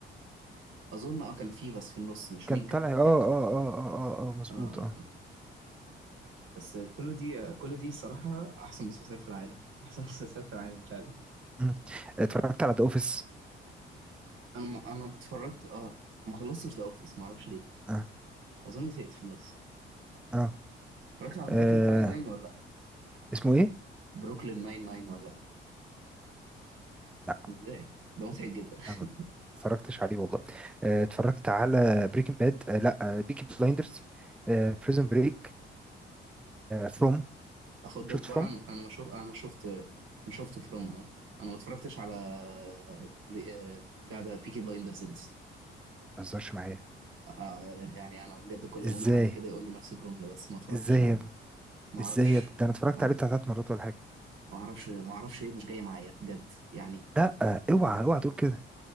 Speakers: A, on the right; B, in the centre.
A: اظن اه كان في بس في النص مش
B: كان
A: مين كانت
B: طالع اه اه
A: يعني
B: اه اه اه اه مظبوط
A: اه اه
B: اه
A: آه. بس كل دي كل دي صراحة احسن مسلسلات في العالم احسن <laughs> مسلسلات في العالم فعلا
B: مم. اتفرجت على ذا اوفيس
A: انا ما انا اتفرجت اه ما خلصتش ذا اوفيس ما اعرفش ليه
B: اه
A: اظن زهقت في النص
B: اه
A: اتفرجت على
B: آه،
A: بروكلين 99 ولا لا
B: اسمه ايه؟
A: بروكلين 99 ولا لا
B: لا
A: ازاي ده مضحك جدا <laughs>
B: أنا ما اتفرجتش عليه والله آه، اتفرجت على بريكنج باد لا بيكي بلايندرز بريزن بريك فروم
A: اخدك
B: شفت
A: بقى
B: فروم
A: انا
B: ما
A: انا ما شوف انا ما شفت ما شفت فروم اه انا ما اتفرجتش على بري- آه، بتاع ده بيكي بلايندرز لسه
B: تهزرش معايا
A: آه، يعني انا بجد كل ما
B: ازاي
A: اقول لحد كده يقول لي نفس الجملة بس ما اتفرجتش
B: ازاي
A: عليه
B: يا ابني
A: ما
B: ازاي
A: اعرفش
B: يا ابني ده انا اتفرجت
A: ما
B: عليه
A: اعرف-
B: بتاع ثلاث مرات ولا حاجه
A: ما اعرفش ما اعرفش ايه مش جاي معايا بجد يعني
B: لا آه، اوعى اوعى تقول كده